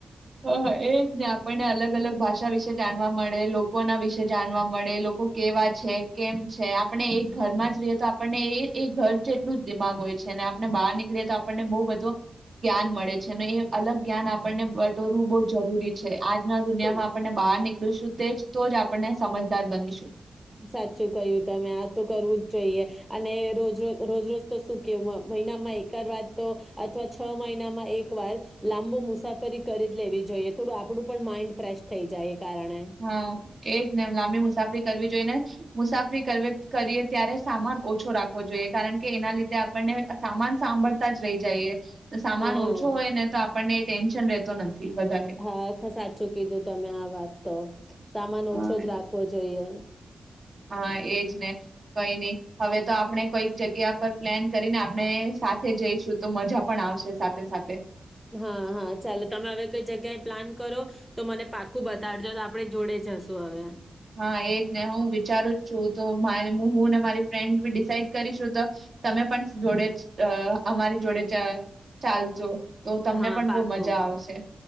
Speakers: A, on the right; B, in the centre.
A: હ એજ ને આપણને અલગ અલગ ભાષા વિશે જાણવા મળે લોકોના વિશે જાણવા મળે લોકો કેવા છે કેમ છે આપણે એક ઘરમાં જ રહીએ તો આપણને એ ઘર જેટલું જ દિમાગ હોય છે ને આપ બહાર નીકળીએ તો આપણને બહુ બધું જ્ઞાન મળે છે અને એ અલગ જ્ઞાન આપણને દોરવું બહુ જરૂરી છે. આજના દુનિયા
B: ખૂબ
A: માં આપણને બહાર નીકળ ું તેજ તો જ આપણને સમજદાર બનીશું.
B: સાચું કહ્યું તમે આ તો કરવું જ જોઈએ, અને રોજજ રોજ રોજ તો શું કેવું મહિનામાં એકર વાર તો, અથવા છ મહિનામાં એક વાર, લાંબો મુસાફરી કરી જ લેવી જોઈએ થોડું આપડું પણ માઈન્ડ ફ્રેશ થઇ જાય. કારણે
A: હા એજ ને લાંબી મુસાફરી કરવી. મુસાફરી કરીએ ત્યારે સામાન ઓછો રાખવો જોઈએ કારણ કે એના લીધે બંને સામાન સાંભળ જ રહી જઈએ. સામાન
B: હા
A: ઓછો હોય ને તો પણ એ ટેન્શન રહેતો નથી. વધારે
B: હા સાચું કીધું તમે આ વાત. તો. સામાન ઓછો
A: હા
B: જ રાખવો જોઈએ.
A: હા એજ ને. કઈ નહી હવે તો આપણે કોઈક જગ્યા પર પ્લેન કરીને આપણે સાથે જઈશું તો મજા પણ આવશે સાથે સાથે.
B: હા હા ચાલો તમે હવે કોઈ જગ્યાએ પ્લાન કરો તો, મને પાકું બતાડજો તો આપણે જોડે જશું હવે.
A: હા એજ ને હું વિચારું જ છું તો મા હું ને મારી ફ્રેન્ડી ડિસાઈડ કરીશું તો, તમે પણ જોડે અમારી જોડે ચાલજો. તો તમને
B: હા
A: પણ
B: પાકું,
A: બહુ મજા આવશે